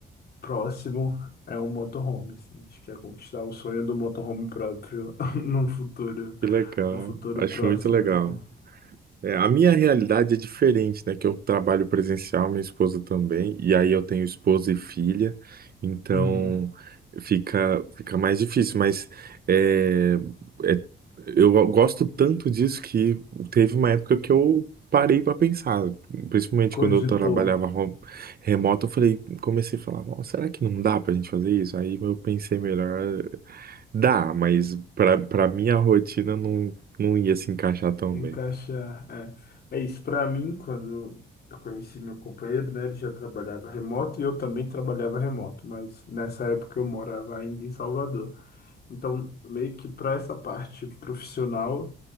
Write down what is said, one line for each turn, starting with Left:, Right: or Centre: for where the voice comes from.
Left: próximo é um motorhome. assim. A gente quer conquistar o sonho do motorhome próprio <laughs> num futuro,
Right: Que legal.
Left: num futuro
Right: Acho
Left: próximo.
Right: muito legal.
Left: assim.
Right: É, a minha realidade é diferente, né? Que eu trabalho presencial, minha esposa também, e aí eu tenho esposa e filha, então
Left: Uhum.
Right: fica, fica mais difícil, mas é, é- eu gosto tanto disso que teve uma época que eu parei para pensar, principalmente
Left: Cogitou
Right: quando eu trabalhava home- remoto, eu falei, comecei a falar, "Nossa, será que não dá pra gente fazer isso? Aí eu pensei melhor, dá, mas para para minha rotina não, não ia se encaixar tão
Left: Encaixar,
Right: bem.
Left: é. É isso, para mim, quando eu conheci meu companheiro, né, ele já trabalhava remoto e eu também trabalhava remoto, mas nessa época eu morava ainda em Salvador. Então, meio que para essa parte profissional